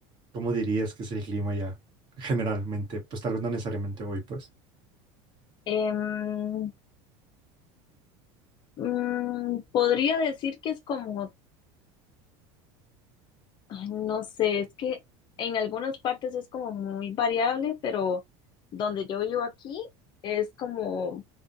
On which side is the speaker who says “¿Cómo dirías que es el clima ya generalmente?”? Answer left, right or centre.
Right